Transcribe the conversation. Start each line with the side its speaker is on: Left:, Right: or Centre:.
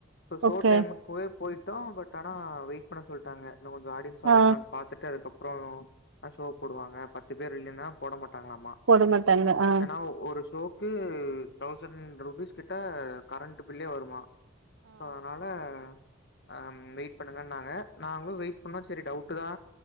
Left: ப்ப சோ
Right: ஓகே
Left: டைமக்கு ஓ போயிட்டோ பட் ஆனா வெயிட் பண்ண சொல்ட்டாங்க இன்னு கொஞ்ச ஆடியன்ஸ் வராங்களானு
Right: ஆ
Left: பாத்துட்டு அதுக்கப் அப்றோ தா ஷோ போடுவாங்க பத்து பேர் இல்லன்னா போட மாட்ட டாங்களாமா
Right: போட மாட்டாங்க ஆ
Left: ஏன்னா ஒரு ஷோ ம்ம் தௌசண்ட் ருபீஸ் கிட்ட கரண்ட் பில்லே வருமா ஆ அதனால ஆ வெயிட் பண்ணுங்கன்னாங்க நாங்களும் வெயிட் பண்ணோம் சரி டவுட்டு் தா